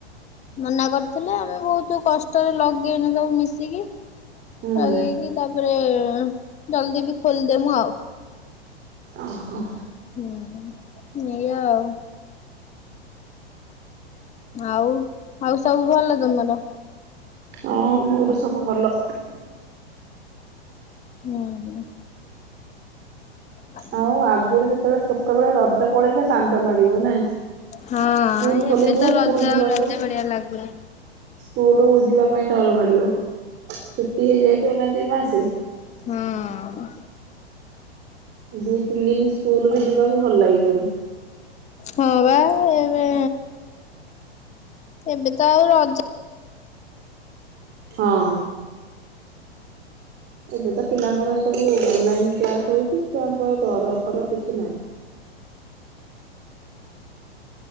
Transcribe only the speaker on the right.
ହୁଁ
ଓହୋ।
ହଁ ମୋର ସବୁ ଭଲ।
ଆଉ ଆଗରୁ ଯେତେବେଳେ ଛୋଟବେଳେ ରଜ ପଳେଇଲେ କାନ୍ଦ ମାଡି଼ବ ନାଇଁ?
ସ୍କୁଲ
ଖୋଲିଯିବ
ସ୍କୁଲ
ଯିବାକୁ
ସ୍କୁଲ ଯିବା ପାଇଁ ଡ଼ର ମାଡି଼ବ ଛୁଟି ହେଇଯାଇଥିବ ନା ଦି ମାସେ।
ଦି ତିନି ଦିନ ସ୍କୁଲ ବି ଯିବାକୁ ଭଲ ଲାଗିବନି?
ହଁ। ଏବେ ତ ପିଲାଙ୍କର ସବୁ ଅନଲାଇନ କ୍ଲାସ ହଉଛି ଛୁଆଙ୍କ ଡର ଫର କିଛି ନାହିଁ।